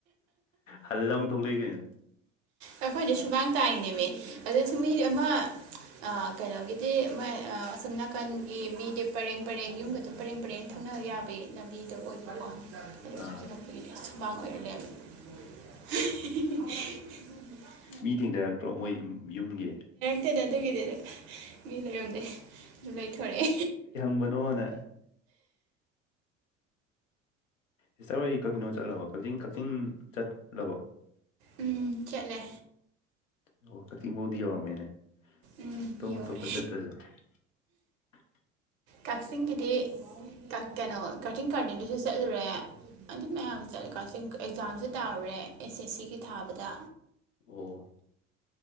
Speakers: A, on the left; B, on the right.
A: ꯍꯜꯂ ꯑꯃꯨꯛ ꯊꯣꯛꯂꯛ ꯑꯦ ꯀꯩꯅꯣ
B: ꯑꯩꯈꯣꯏꯗꯤ ꯁꯨꯃꯥꯡ ꯇꯥꯛꯏꯅꯦꯃꯤ ꯑꯗꯨꯗꯁꯨ ꯃꯤ ꯑꯃ ꯀꯩꯅꯣꯒꯤꯗꯤ ꯃ ꯑꯁꯣꯝ ꯅꯥꯀꯟꯒꯤ ꯃꯤꯗꯤ ꯄꯔꯦꯡ ꯄꯔꯦꯡ ꯌꯨꯝꯒ ꯑꯗꯨꯝ ꯄꯔꯦꯡ ꯄꯔꯦꯡ ꯊꯧꯅꯕ ꯌꯥꯕꯒꯤ ꯂꯝꯕꯤꯗꯣ ꯑꯣꯏꯕꯀꯣ ꯑꯗꯨꯒꯤ
A: ꯑꯥ
B: ꯑꯩꯈꯣꯏꯒꯤꯗꯤ ꯁꯨꯃꯥꯡ ꯑꯣꯏꯔ ꯂꯩꯔꯝꯃꯦ
A: ꯃꯤ ꯊꯦꯡꯅꯔꯛꯇ꯭ꯔꯣ ꯃꯣꯏ ꯌꯨꯝꯒꯤ
B: ꯍꯠꯇꯦꯗ ꯑꯗꯨꯒꯤꯗꯤ ꯃꯤ ꯂꯩꯔꯝꯗꯦ ꯑꯗꯨ ꯂꯩꯊꯣꯔꯛꯑꯦ
A: ꯟꯑꯣꯣꯅꯦ <inaudible> ꯁꯤꯁꯇꯔ ꯍꯣꯏꯗꯤ ꯀꯥꯛꯆꯤꯡꯗꯣ ꯆꯠꯂꯕꯣ ꯀꯥꯛꯆꯤꯡ ꯀꯥꯛꯆꯤꯡ ꯆꯠꯂꯕꯣ
B: ꯎꯝ ꯆꯠꯂꯦ
A: ꯑꯣ ꯀꯥꯛꯆꯤꯡ ꯐꯥꯎꯗꯤ ꯌꯧꯔꯝꯃꯦꯅꯦ
B: ꯎꯝ
A: ꯑꯇꯣꯞ
B: ꯌꯧꯔꯦ
A: ꯑꯇꯣꯞꯄ ꯆꯠꯇ꯭ꯔꯁꯨ <unintelligible>
B: ꯀꯛꯆꯤꯡꯒꯤꯗꯤ ꯀꯩꯅꯣ ꯀꯛꯆꯤꯡ ꯒꯥꯔꯗꯦꯟꯗꯨꯁꯨ ꯆꯠꯂꯨꯔꯦ ꯑꯗꯨ ꯃꯌꯥꯝ ꯆꯠꯂꯀꯥ ꯑꯦꯛꯖꯥꯝꯁꯦ ꯇꯥꯔꯨꯔꯦ ꯑꯦꯁ ꯑꯦꯁ ꯁꯤꯒꯤ ꯊꯥꯕꯗ
A: ꯑꯣ